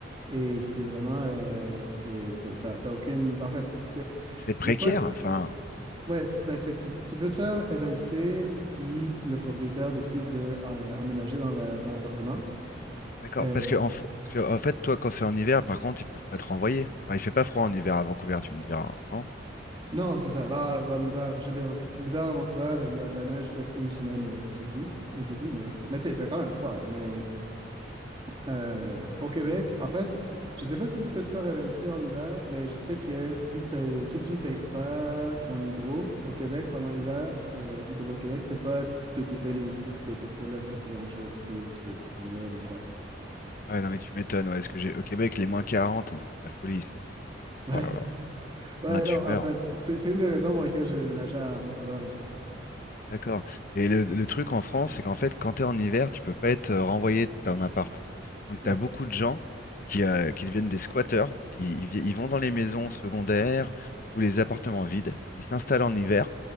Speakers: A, on the right; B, on the left.
A: et c'est vraiment, euh, c'est, t'as, t'as- t'as aucune, en fait, t'es-
B: C'est
A: tu
B: précaire,
A: peux pas,
B: enfin.
A: ouais, c'est ben, c'est que tu, tu peux te faire évincer si le propriétaire décide de euh, emménager dans la- dans l'appartement.
B: D'accord.
A: Euh,
B: Parce que, en, f- parce que, en fait, toi, quand c'est en hiver, par contre, ils peuvent pas te renvoyer. Enfin, il fait pas froid en hiver à Vancouver, tu me diras, hein, non?
A: Non, c'est ça. Bah, en hiver, je veux dire, l'hiver à Vancouver, il y a de la neige peut-être une semaine et, et c'est tout. Et c'est tout. Mais, mais tu sais, il fait quand même froid. Mais euh, au Québec, en fait, je sais pas si tu peux te faire évincer en hiver, mais je sais que si, t'as- si tu ne payes pas ton hydro au Québec pendant l'hiver, euh, Hydro-Québec peut pas te couper l'électricité parce que là, ça c'est dangereux. Tu peux, tu peux mourir de froid. <laughs>
B: Ah, ouais, non, mais tu m'étonnes. Ouais, est-ce que j'ai au Québec, les moins 40, mais c'était de la folie, ça aussi. hein.
A: Ouais,
B: Oh là là.
A: ouais,
B: Ah, tu
A: non,
B: meurs.
A: en fait, c'est c'est une des raisons pour lesquelles j'ai déménagé à Vancouver, en fait.
B: D'accord. Et le, le truc en France, c'est qu'en fait, quand tu es en hiver, tu peux pas être euh, renvoyé de ton appart. Donc,
A: Ok.
B: tu as beaucoup de gens qui, euh, qui deviennent des squatteurs. Ils, ils vi- ils vont dans les maisons secondaires ou les appartements vides. Ils s'installent en hiver